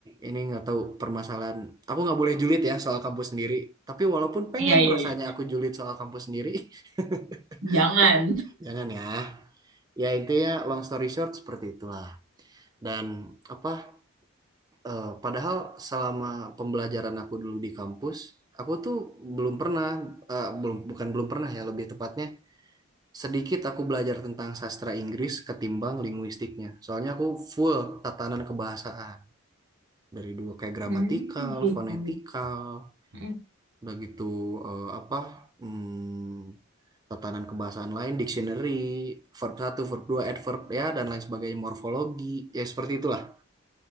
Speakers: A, on the right; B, on the right.
A: ini nggak tahu permasalahan. Aku nggak boleh julid ya soal kampus sendiri. Tapi walaupun pengen
B: Iya, iya,
A: rasanya
B: iya.
A: aku julid soal kampus sendiri, <laughs>
B: Jangan.
A: jangan ya. Ya intinya long story short seperti itulah. Dan apa Eh, padahal selama pembelajaran aku dulu di kampus, aku tuh belum pernah, eh, belum bukan belum pernah ya, lebih tepatnya sedikit aku belajar tentang sastra Inggris ketimbang linguistiknya. Soalnya aku full tatanan kebahasaan dari dulu kayak gramatikal,
B: Hmm, gitu.
A: fonetikal,
B: Hmm.
A: udah gitu eh, apa hmm, tatanan kebahasaan lain, dictionary, verb satu, verb 2, adverb ya dan lain sebagainya, morfologi, ya seperti itulah.